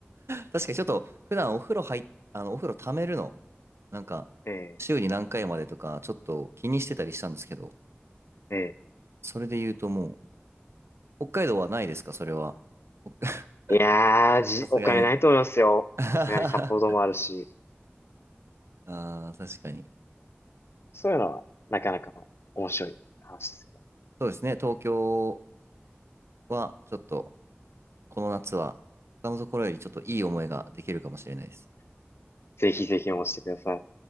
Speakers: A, on the right; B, on the left.
A: かにちょっと普段お風呂入っ、あの、お風呂溜めるの、なんか、
B: ええ、
A: 週に何回までとか、ちょっと気にしてたりしたんですけど、
B: え
A: それで言うともう、北海道はないですか、それは。ほ <laughs>
B: え。いやー、じ、
A: さすがに。
B: お金ないと思いますよ。
A: <laughs> あ
B: さすがに札幌ドームあるし。
A: あ、確かに。
B: そういうのは、なかなか面白い話ですよね。
A: そうですね、東京はちょっと、この夏は、他のところよりちょっといい思いができるかもしれないです。
B: ぜひぜひ応募してください。